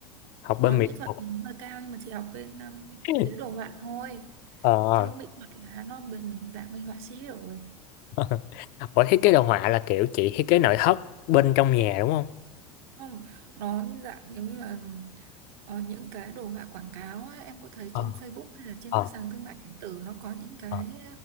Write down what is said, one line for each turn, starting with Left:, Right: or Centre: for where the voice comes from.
Left: học bên
Right: nói mỹ
Left: mỹ
Right: thuật
Left: thuật
Right: thì nó hơi cao nhưng mà chị học bên um,
Left: <laughs>
Right: tứ đồ họa thôi
Left: ờ
Right: chứ mỹ thuật là nó bên dạng bên họa sĩ rồi
Left: <laughs> Ủa thiết kế đồ họa là kiểu chị thiết kế nội thất bên trong nhà đúng không?
Right: không nó dạng giống như là ờ, những cái đồ họa quảng cáo á, em có thấy
Left: ờ
Right: trên Facebook hay là trên
Left: ờ
Right: các sàn thương mại điện tử nó có những cái
Left: ờ